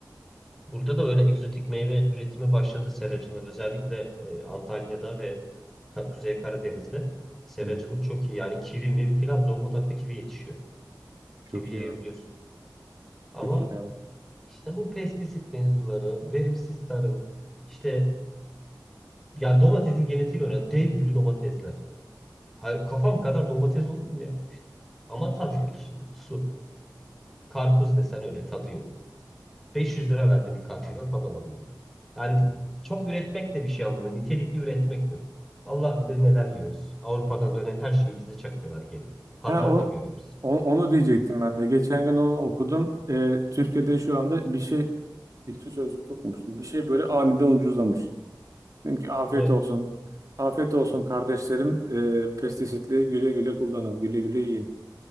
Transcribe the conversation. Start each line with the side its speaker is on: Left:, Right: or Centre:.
Centre: Burada da öyle egzotik meyve üretimi başladı seracılığı. Özellikle e, Antalya'da ve Ka- Kuzey Karadeniz'de seracılık
Right: Hı hı.
Centre: çok iyi. Yani kivi, mivi filan Zonguldak'ta kivi yetişiyor.
Right: Çok
Centre: Kivi yiyebiliyorsun.
Right: iyi abi.
Centre: Ama
Right: Çok iyi abi.
Centre: işte bu pestisit mevzuları, verimsiz tarım, işte ya domatesin genetiğiyle oynayan dev gibi domatesler. Hay- Kafam kadar domates olur mu ya? İşte. Ama tadı yok şimdi. Su. Karpuz desen öyle tadı yok. 500 lira verdim bir karpuza tad alamıyorum. Yani çok üretmek de bir şey anlamıyor. Nitelikli üretmek yok. Allah bilir neler yiyoruz. Avrupa'dan dönen her şeyi bize çakıyorlar geri. Pazarda
Right: Ha, o,
Centre: görüyoruz.
Right: o- onu diyecektim ben de. Geçen gün onu okudum. Ee, Türkiye'de şu anda bir şey, İktisat Sözlük'te okumuştum. Bir şey böyle aniden ucuzlamış. Dedim ki afiyet
Centre: Evet.
Right: olsun. Afiyet olsun kardeşlerim. Ee, pestisitli güle güle kullanın. Güle güle yiyin.